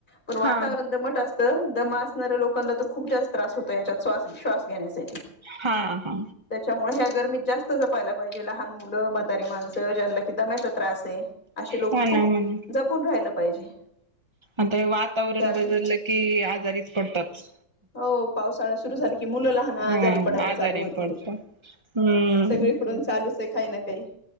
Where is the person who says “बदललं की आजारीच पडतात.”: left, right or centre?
Right